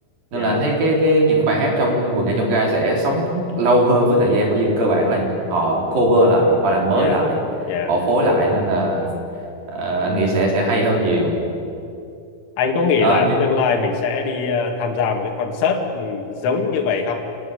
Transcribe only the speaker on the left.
dạ
dạ
dạ
anh có nghĩ
là tương lai mình sẽ đi à, tham gia một cái concert ừ, giống như vậy không